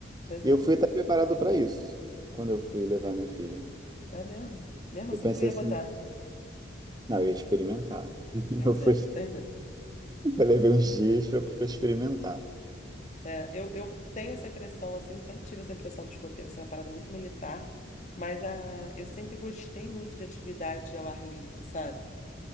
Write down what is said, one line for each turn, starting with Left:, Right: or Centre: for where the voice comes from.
Left: Pois
Right: E
Left: é,
Right: eu fui até preparado para isso quando eu fui levar minha filha.
Left: é mesmo. Mesmo
Right: Eu
Left: assim,
Right: pensei
Left: tu ia
Right: assim,
Left: botar.
Right: Não, eu ia experimentar. <laughs>
Left: Entendi,
Right: Eu fui,
Left: entendi.
Right: eu levei uns dias pra, pra experimentar.
Left: É, eu, eu tenho essa impressão, assim, sempre tive essa impressão do escoteiro, assim, uma parada muito militar, mas a, eu sempre gostei muito de atividade ao ar livre, sabe?